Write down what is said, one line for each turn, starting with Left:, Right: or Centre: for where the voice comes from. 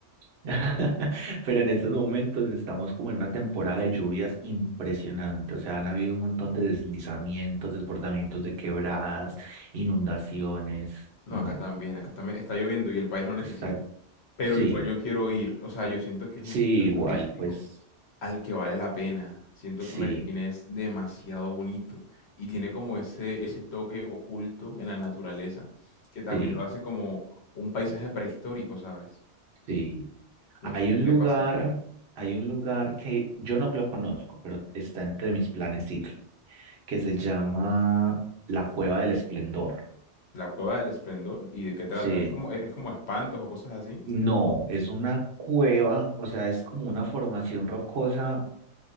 Right: <laughs> Pero en estos momentos estamos como en una temporada de lluvias impresionante. O sea, han habido un montón de deslizamientos, desbordamientos de quebradas, inundaciones.
Left: No,
Right: No,
Left: acá también, acá también está lloviendo y el país lo necesita.
Right: está,
Left: Pero
Right: sí,
Left: igual yo quiero ir. O sea, yo siento que es
Right: sí,
Left: un sitio
Right: igual,
Left: turístico
Right: pues
Left: al que vale la pena. Siento
Right: sí,
Left: que Medellín es demasiado bonito y tiene como ese, ese toque oculto en la naturaleza que también
Right: sí,
Left: lo hace como un paisaje prehistórico, ¿sabes?
Right: sí.
Left: No
Right: Hay
Left: sé
Right: un
Left: si
Right: lugar,
Left: te pasa.
Right: hay un lugar que yo no lo conozco, pero está entre mis planes ir, que se llama la Cueva del Esplendor.
Left: La Cueva del Esplendor y de qué trata.
Right: Sí,
Left: Es como, es como espantos o cosas así.
Right: no, es una cueva, o sea, es como una formación rocosa,